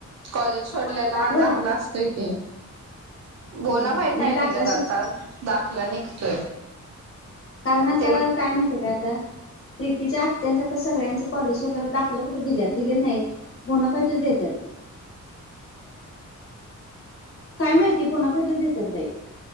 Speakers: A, on the right (about 60°); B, on the left (about 45°).
A: कॉलेज सोडलेला
B: होय
A: दाखला असतोय की. बोणाफाईट
B: हा हा
A: नाही
B: दाखला
A: निघत
B: श
A: आता दाखला निघतोय.
B: कारण आता
A: ते
B: काय माहितीय काय आता. प्रीतीच्या अत्यांच आता सगळ्यांच कॉलेज सोडल्यावर दाखलं कुठे दिल्या दिलेल नाहीत. बोनाफाईटच देतात. काय माहिती बोनाफाईटच देतात बाई